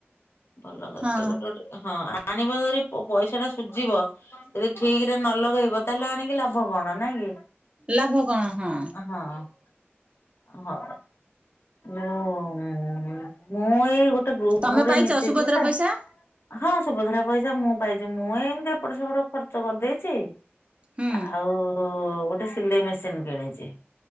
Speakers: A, on the left; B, on the right.
A: ଭଲ କରିଛ
B: ହଁ
A: ଗୋଟେ ଗୋଟେ ହଁ ଆଣିବ ଯଦି ପଇସା ଟା ସୁଝିବ। ଯଦି ଠିକ ରେ ନ ଲଗେଇବ ତାହେଲେ ଆଣିକି ଲାଭ କଣ ନାଇଁ କି?
B: ଲାଭ କଣ ହଁ।
A: ହଁ। ହ ମୁଁ ମୁ ଇ ଗୋ ଗୋଟେ ଗ୍ରୁପ
B: ତମେ
A: ରେ
B: ପାଇଛ
A: ମିଶିଯି
B: ସୁଭଦ୍ରା
A: ଯେ
B: ପଇସା
A: ହଁ ସୁଭଦ୍ରା ପଇସା ମୁଁ ପାଇଛି ମୁଁଁ ଏମିତି ଏପଟେ ସେପଟ ଖର୍ଚ୍ଚ କରିଦେଇଛି।
B: ହୁଁ।
A: ଆଉ ଗୋଟେ ସିଲେଇ ମେସିନ୍ କିଣିଛି।